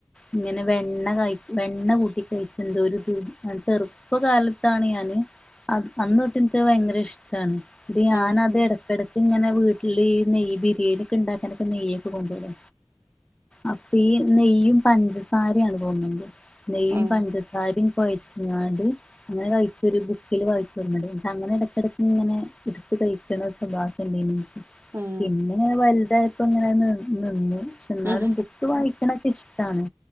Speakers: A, on the left (about 20°); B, on the right (about 60°).
A: ഇങ്ങനെ വെണ്ണ ക വെണ്ണ കൂട്ടി കഴിച്ച എന്തോ ഒരു ചെറുപ്പകാലത്താണ് അന്ന് അന്ന്തൊട്ട് എനിക്ക് ഭയങ്കര ഇഷ്ട്ടാണ്. എന്നിട്ട് ഞാനത്
B: അത് ശരി
A: ഇടക്കടക്ക് ഇങ്ങനെ വീട്ടില് ഈ നെയ്യ് ബിരിയാണി ഒക്കെ ഉണ്ടാക്കാനൊക്കെ നെയ്യ ഒക്കെ കൊണ്ടെരു അപ്പ ഈ നെയ്യും പഞ്ചസാരയാണ് തോന്നുണ്ട് നെയ്യും
B: ഉം
A: പഞ്ചസാരം കൊയിച്ചങ്ങാണ്ട് അങ്ങനെ കഴിച്ചൊര് ബുക്കില് വായിച്ച ഓർമണ്ട് അങ്ങനെ ഇടക്കടക്ക് ഇങ്ങനെ എടുത് കഴിക്കണ സ്വഭാവണ്ടീനിഎനിക്ക്.
B: ഉം
A: പിന്നെ വലുതായപ്പം ഇങ്ങനെ നിന്ന്. പക്ഷെ എന്നാലും
B: ഉം
A: ബുക്ക് വായിക്കണൊക്കെ ഇഷ്ടാണ്.